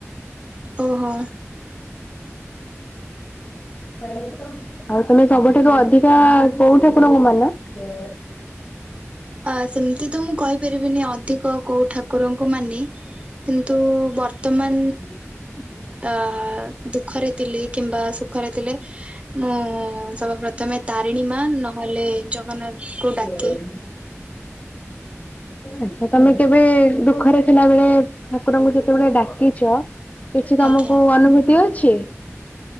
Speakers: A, on the right; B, on the left.
A: ଓହୋ
B: ଆଉ ତମେ ସବୁଠାରୁ ଅଧିକା କୋଉ ଠାକୁର ଙ୍କୁ ମାନ ହୁଁ
A: ଆ ସେମିତି ତ ମୁଁ କହିପାରିବିନି ଅଧିକ କୋଉ ଠାକୁରଙ୍କୁ ମାନେ କିନ୍ତୁ ବର୍ତ୍ତମାନ
B: <unintelligible>
A: ତା ଦୁଃଖରେ ଥିଲେ କିମ୍ବା ସୁଖରେ ଥିଲେ ମୁଁ ସର୍ବ ପ୍ରଥମେ ତାରିଣୀ ମା ନହେଲେ ଜଗନ୍ନାଥଙ୍କୁ ଡାକେ
B: ହ ଆଛା ତମେ କେବେ ଦୁଃଖରେ ଥିଲାବେଳେ ଠାକୁରଙ୍କୁ ଯେତେବେଳେ ଡାକିଛ। କିଛି ତମକୁ
A: ଆଜ୍ଞା।
B: ଅନୁଭୂତି ଅଛି।